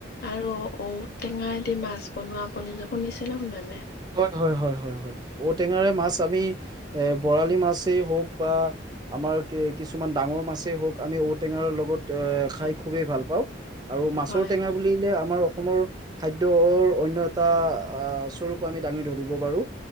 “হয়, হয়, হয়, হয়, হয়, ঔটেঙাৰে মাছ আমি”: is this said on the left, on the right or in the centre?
Right